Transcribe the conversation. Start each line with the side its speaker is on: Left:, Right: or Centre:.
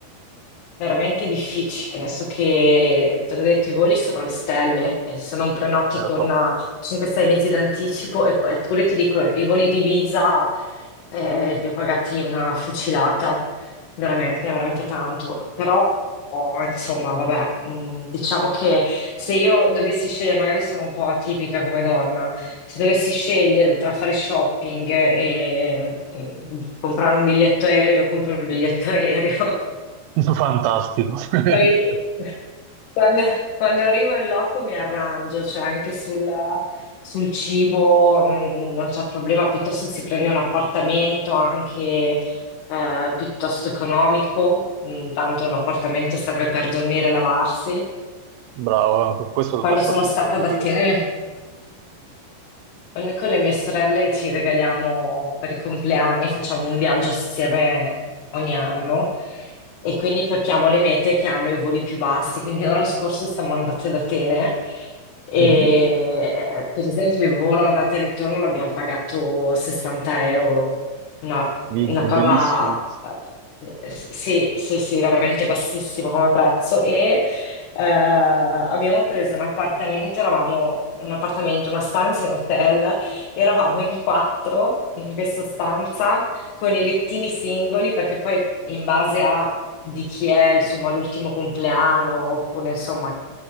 Left: veramente difficile. Adesso che, te l'ho detto, i voli sono alle stelle, e se non prenoti
Right: lo
Left: con
Right: so.
Left: eh, 5-6 mesi d'anticipo, e- eppure ti dico, i voli di Ibiza eh, li ho pagati una fucilata veramente, veramente tanto. Però, oh, insomma, vabbè, mh, diciamo che se io dovessi scegliere, magari sono un po' atipica come donna, se dovessi scegliere tra fare shopping e mh, comprare un biglietto aereo, compro il biglietto <laughs> aereo.
Right: <laughs> Fantastico. <laughs>
Left: Poi quando, quando arrivo in loco mi arrangio, cioè anche sul, sul cibo non, non c'è problema, piuttosto si prende un appartamento anche eh, piuttosto economico, Mm, tanto l'appartamento serve per dormire e lavarsi.
Right: Bravo, su questo
Left: Quando
Right: sono d'accordissimo
Left: sono stata ad
Right: anch'io.
Left: Atene Noi con le mie sorelle ci regaliamo per i compleanni, facciamo un viaggio assieme ogni anno e quindi cerchiamo le mete che hanno i voli più bassi. Quindi l'anno scorso siamo andate ad Atene e
Right: Mhm.
Left: per esempio il volo andata e ritorno l'abbiamo pagato 60 euro, una,
Right: Minchia,
Left: una cosa
Right: bellissimo.
Left: eh, sì, sì, sì, veramente bassissima come prezzo e eh, abbiamo preso un appartamento, eravamo un appartamento, una stanza in hotel, eravamo in quattro in questa stanza con i lettini singoli perché poi in base a di chi è, insomma, l'ultimo compleanno oppure insomma